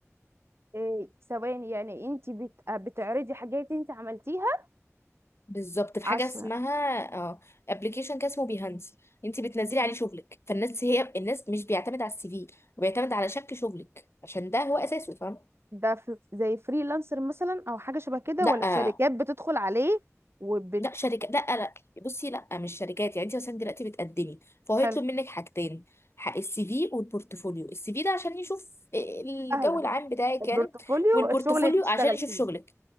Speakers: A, on the right; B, on the left.
A: إيه سواء يعني انت بت... بتعرضي حاجات انت عملتيها
B: بالظبط في
A: عش...
B: حاجه اسمها اه ابلكيشن كان اسمه بيهانس انت بتنزلي عليه شغلك فالناس هي الناس مش بيعتمد على السي في وبيعتمد على شكل شغلك عشان ده هو اساسه فاهمه
A: ده في زي فريلانسر مثلا او حاجه شبه كده
B: لا
A: ولا في شركات بتدخل عليه وبت
B: لا شركة لا لا بصي لا مش شركات يعني انت مثلا دلوقتي بتقدمي فهو
A: حلو
B: يطلب منك حاجتين حق السي في والبورتفوليو السي في ده عشان يشوف الجو
A: سهله
B: العام بتاعك
A: البورتفوليو
B: يعني والبورتفوليو
A: الشغل اللي اشتغل
B: عشان يشوف
A: فيه
B: شغلك